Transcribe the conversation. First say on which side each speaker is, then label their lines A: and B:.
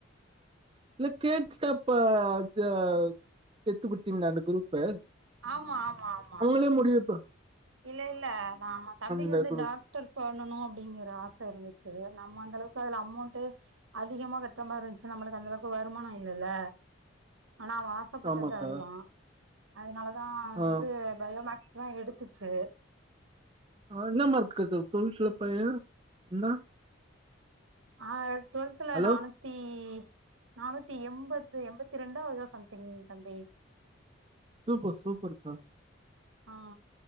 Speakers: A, on the right; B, on the right.
A: இல்ல கேட்டப்ப த சேத்து விட்டீங்ளா அந்த குரூப்பு
B: ஆமா ஆமா ஆமா
A: லே முடியு இப்ப
B: இல்ல இல்ல நா ஆமா தம்பிக்கு
A: அந்த
B: வந்து
A: குரூப்
B: டா டாக்டர் பண்ணனு அப்டிங்கிற ஆச இருந்துச்சு நம்ம அந்த அளவுக்கு அதுல அமௌண்டு அதிகமா கட்டுற மார் இருந்ச்சு நம்ளுக்கு அந்த அளவுக்கு வருமானம் இல்லல்ல ஆனா அவ ஆஸ் ஆசப்பட்டது
A: ஆமாக்கா
B: அதுதா அதுனால தா வந்து
A: ஆ
B: பயோமக்ஸ் தா எடுத்துச்சு
A: ஆ என்ன மார்க்குக்கு டுவெல்த்துல பைய என்னா
B: ஆ டு்வெல்த்துல
A: ஹலோ
B: நானூத் தி நானூத்தி எம்பது எண்பத்தி ரெண்டோ ஏதோ சம்திங் தம்பி
A: சூப்பர் சூப்பர் கா
B: ஆ